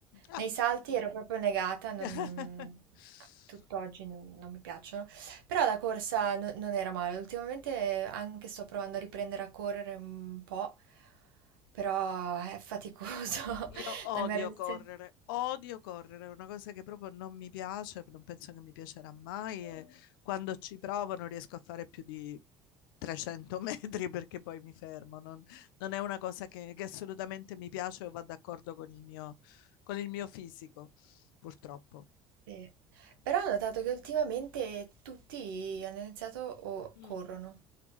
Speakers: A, on the left; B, on the right.
A: Ah.
B: nei salti ero proprio negata, non,
A: <laughs>
B: tutt'oggi non, non mi piacciono, però la corsa no- non era male, ultimamente anche sto provando a riprendere a correre un po', però è faticoso,
A: Io
B: <laughs>
A: odio
B: la mia resistenza...
A: correre, odio correre, è una cosa che proprio non mi piace, non penso che mi piacerà mai e quando ci provo non riesco a fare più di 300 <laughs> metri perché poi mi fermo, non, non è una cosa che, che assolutamente mi piace o va d'accordo con il mio, con il mio fisico, purtroppo.
B: sì. Però ho notato che ultimamente tutti hanno iniziato o
A: Mm.
B: corrono,